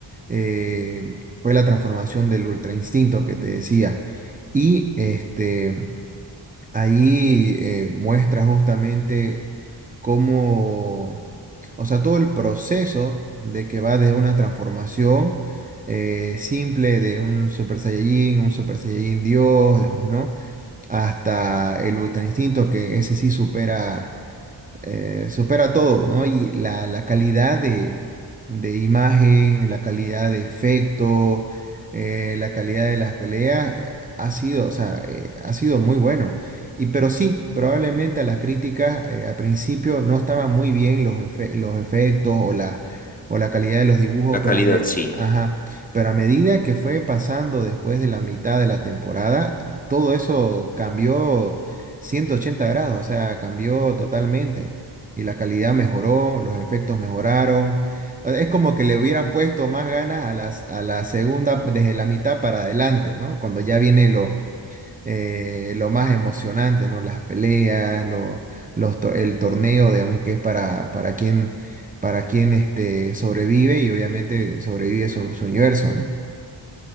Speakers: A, on the right; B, on the left.
A: eh, fue la transformación del Ultra Instinto que te decía. Y este, ahí eh, muestra justamente cómo, o sea, todo el proceso de que va desde una transformación eh, simple de un Super Saiyajin, un Super Saiyajin Dios, digamos, ¿no? Hasta el Ultra Instinto, que ese sí supera eh, supera todo, ¿no? Y la, la calidad de, de imagen, la calidad de efecto, eh, la calidad de las peleas eh, ha sido, o sea, eh, ha sido muy bueno. Y pero sí, probablemente a las críticas eh, al principio no estaban muy bien los, efe- los efectos o la, o la calidad de los dibujos,
B: la calidad,
A: pero a, me-
B: sí.
A: ajá, pero a medida que fue pasando después de la mitad de la temporada, todo eso cambió 180 grados, o sea, cambió totalmente y la calidad mejoró, los efectos mejoraron. Eh, Es como que le hubieran puesto más ganas a las, a la segunda, desde la mitad para adelante, ¿no? Cuando ya viene lo, eh, lo más emocionante, ¿no? Las peleas, lo- los to- el torneo, digamos, que es para, para quien, para quien este, sobrevive y obviamente sobrevive su, su universo, ¿no?